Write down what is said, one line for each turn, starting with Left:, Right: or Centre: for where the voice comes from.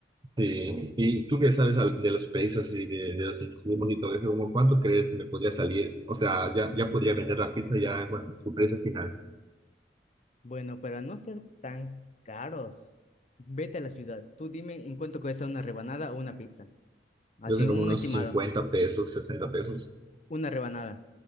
Right: sí. ¿Y tú qué sabes al- de los precios y de, de los insumos y todo eso? ¿Cómo cuánto crees que me podría salir? O sea, ya, ya podría vender la pizza ya con su precio final.
Left: Bueno, para no ser tan caros, vete a la ciudad. Tú dime en cuánto cuesta una rebanada o una pizza. Así,
Right: Yo sé
Left: un
Right: como unos
Left: estimado,
Right: 50 pesos, 60 pesos.
Left: una rebanada.